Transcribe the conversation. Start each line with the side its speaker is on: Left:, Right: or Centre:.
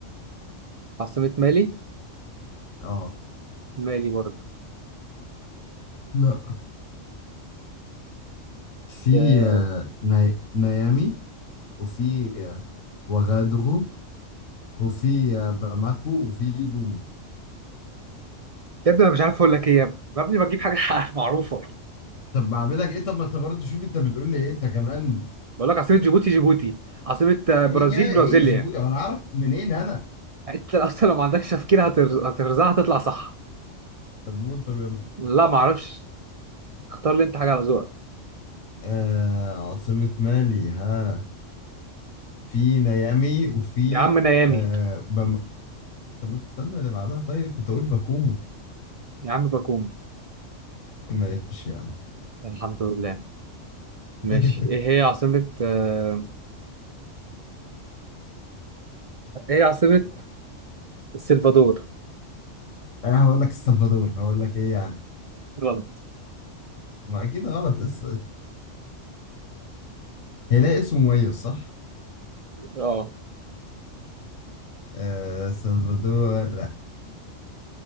Right: عاصمة مالي؟
Left: آه
Right: مالي برضه
Left: لا في
Right: ده-
Left: آه، ني... نيامي وفي آه، وغادغو وفي آه، باماكو وفي لومي
Right: يا ابني أنا مش عارف أقول لك إيه يا ابني يا ابني بجيب حاجة <laughs> معروفة
Left: طب ما اعملك ايه طب ما انت برضه شوف انت بتقول لي ايه انت كمان
Right: بقول لك عاصمة جيبوتي جيبوتي عاصمة آه، برازيل
Left: ايه يا-
Right: برازيليا
Left: ايه جيبوتي انا اعرف منين انا
Right: أنت <laughs> أصلا لو ما عندكش تفكير هترز- هترزعها هتطلع صح
Left: طب قول طب يلا
Right: لا ما أعرفش اختار لي أنت حاجة على ذوقك
Left: آه عاصمة مالي ها في نيامي وفي
Right: يا عم نيامي
Left: آه بم... طب استنى اللي بعدها طيب كنت أقول باكومو
Right: يا عم باكوم
Left: ماشي يا عم
Right: الحمد لله
Left: <laughs>
Right: ماشي ايه هي عاصمة آه، ايه هي عاصمة السلفادور
Left: أنا هقول لك السلفادور هقول لك إيه يعني
Right: غلط
Left: ما أكيد غلط اس... هيلاقي اسم مميز صح؟
Right: اه
Left: آه سلفادور